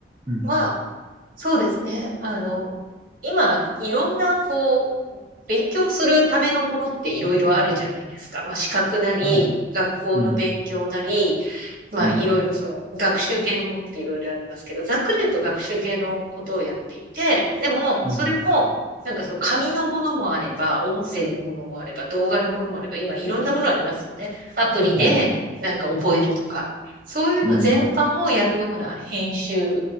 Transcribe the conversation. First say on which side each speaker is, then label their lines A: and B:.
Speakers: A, on the right; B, on the right.
A: うん。
B: まあ、そうですね。あの、今、いろんな、こう、勉強するためのものっていろいろあるじゃないですか。まあ、資格なり、
A: はい。
B: 学校の勉強なり、
A: うん。
B: まあ、
A: うん。
B: いろいろその学習系のものっていろいろありますけど、ざっくり言うと学習系のことをやっていて、でも、
A: うん。
B: それも、なんかその紙のものもあれば、音声のものもあれば、動画のものもあれば、今いろんなものありますよね。アプリでなんか覚えるとか、
A: はい。
B: そういうの全般をやるような編集
A: うん。